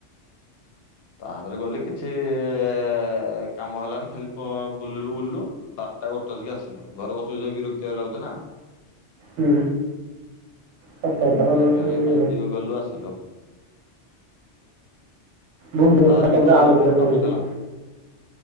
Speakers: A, on the left; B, on the right.
A: ତା ହାତରେ ଗଲି କିଛି ଏ କାମ ହେଲାନି ଖାଲି ପ ବୁଲିଲୁ ବୁଲିଲୁ ବାରଟା ଗୋ ତହି ଆସିଲୁ ଘରେ ବସି ବସିଆ ବିରକ୍ତିଆ ଲାଗୁଚି ନା।
B: ହୁଁ। ସତ କଥା
A: ହେ କାଇଁ
B: ଇଏ
A: କାଲି ଯୋଉ ଗଲୁ ଆସିଲୁ।
B: ମୁଁ ବର୍ଷା
A: ତାର ବି
B: ପାଗରେ
A: କଲେଜରେ
B: ଆଳୁ ଗୋଟେ
A: କଣ
B: ପୋଡ଼ିଚି।
A: କାମ ଥିଲା